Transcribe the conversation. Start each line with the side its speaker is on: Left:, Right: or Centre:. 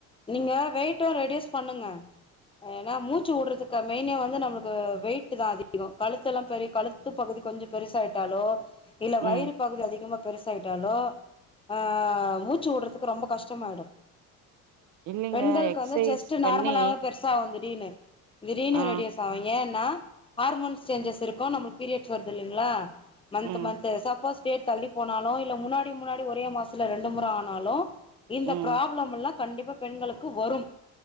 Left: நீங்க வெயிட்டு ரெடியூஸ் பண்ணுங்க ஏன்னா மூச்சு உடுறதுக்கு மெயினே வந்து நம்மளுக்கு வெயிட்டுதா அதிகோ கழுத்து எல்லா பெரிய கழுத்து பகுதி கொஞ்ச பெருசு ஆயிட்டாலோ இல்ல வயிறு
Right: ம்.
Left: பகுதி அதிகமா பெருசாயிட்டாலோ ஆ மூச்சு உடுறதுக்கு ரொம்ப கஷ்டமாயிடு
Right: இல்லைங்க
Left: பெண்களுக்கு
Right: எக்சைஸ்
Left: வந்து செஸ்ட்டு
Right: பண்ணி
Left: நார்மலாவே பெருசா வந்து திடீர்னு திடீர்னு
Right: ஆ,
Left: ரெடியூஸ் ஆகு ஏன்னா ஹார்மோன்ஸ் சேஞ்சஸ் இருக்கு நம்மளுக்கு பீரியட்ஸ் வருது இல்லைங்களா மந்த்து
Right: ம்,
Left: மந்த்து சப்போஸ் டேட் தள்ளி போனாலோ இல்ல முன்னாடி முன்னாடி ஒரே மாசத்ல ரெண்டு முற ஆனாலு இந்த
Right: ம்.
Left: ப்ராப்ளம் எல்லா கண்டிப்பா பெண்களுக்கு வரும்